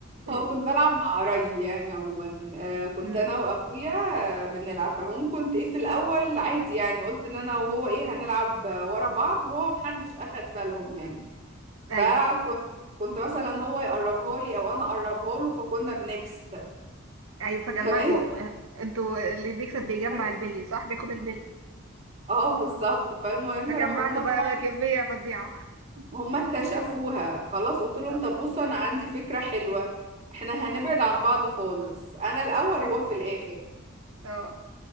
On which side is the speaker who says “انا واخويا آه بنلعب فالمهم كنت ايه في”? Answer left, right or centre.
Right